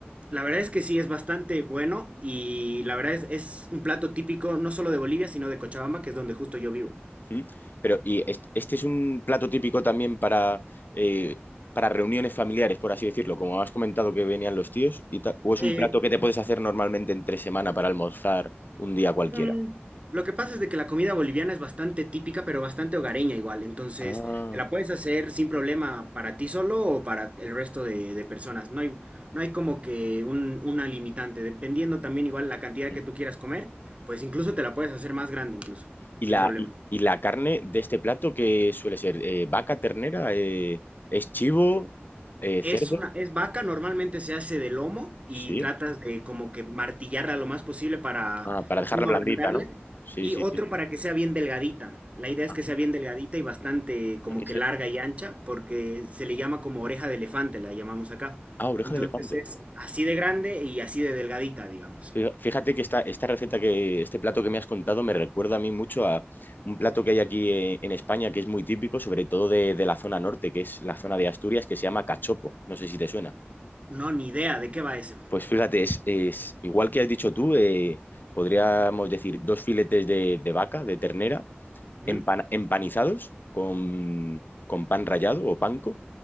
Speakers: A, on the right; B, on the left.
A: La verdad es que sí, es bastante bueno y la verdad es, es un plato típico no solo de Bolivia, sino de Cochabamba, que es donde justo yo vivo.
B: ¿Mm? Pero, ¿y est- este, es un plato típico también para, eh, para reuniones familiares, por así decirlo? Como has comentado que venían los tíos, y ta- ¿o es
A: Eh,
B: un plato que te puedes hacer normalmente entre semana para almorzar un día cualquiera?
A: mm, lo que pasa es de que la comida boliviana es bastante típica, pero bastante hogareña igual. Entonces,
B: Ah,
A: te la puedes hacer sin problema para ti solo o para el resto de, de personas. No hay, no hay como que un- una limitante. Dependiendo también igual la cantidad
B: mm.
A: que tú quieras comer, pues incluso te la puedes hacer más grande incluso,
B: ¿Y
A: sin
B: la,
A: problema.
B: y, y la carne de este plato que suele ser? Eh, ¿vaca, ternera? eh, ¿es chivo? eh,
A: Es
B: ¿cerdo?
A: una, es vaca, normalmente se hace de lomo y
B: Sí.
A: tratas de como que martillarla lo más posible para
B: Ah, para dejarla
A: uno
B: blandita,
A: ablandarla
B: ¿no? Sí,
A: y
B: sí,
A: otro
B: sí.
A: para que sea bien delgadita. La idea es
B: Ah,
A: que sea bien delgadita y bastante como
B: ah, que
A: que
B: se-
A: larga y ancha porque se le llama como oreja de elefante, la llamamos acá.
B: ah, oreja
A: Entonces
B: de elefante.
A: es así de grande y así de delgadita, digamos.
B: Fija- Fíjate que esta, esta receta que, este plato que me has contado me recuerda a mí mucho a un plato que hay aquí eh, en España que es muy típico, sobre todo de, de la zona norte, que es la zona de Asturias, que se llama cachopo. No sé si te suena.
A: No, ni idea de qué va eso.
B: Pues fíjate, es, es igual que has dicho tú, eh, podríamos decir dos filetes de, de vaca, de ternera,
A: Ujú,
B: empan- empanizados con, con pan rallado o panko.